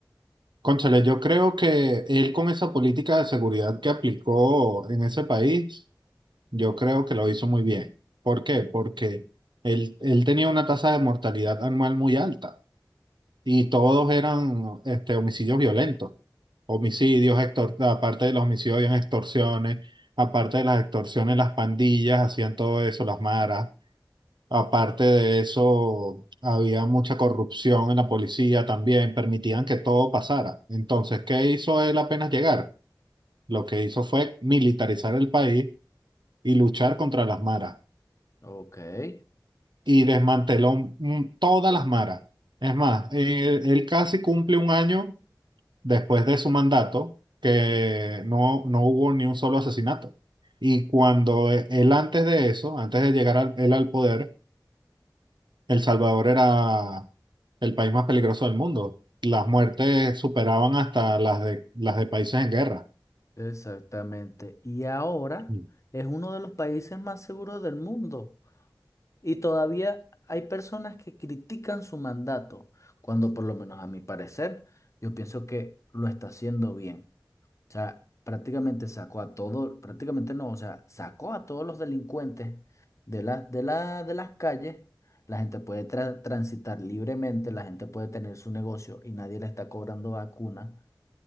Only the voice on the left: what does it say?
Ok, sí.
Exactamente. Y ahora
es uno de los países más seguros del mundo. Y todavía hay personas que critican su mandato, cuando por lo menos a mi parecer, yo pienso que lo está haciendo bien. O sea, prácticamente sacó a todos, prácticamente no, o sea, sacó a todos los delincuentes de la, de la, de las calles. La gente puede tra- transitar libremente, la gente puede tener su negocio y nadie le está cobrando vacuna.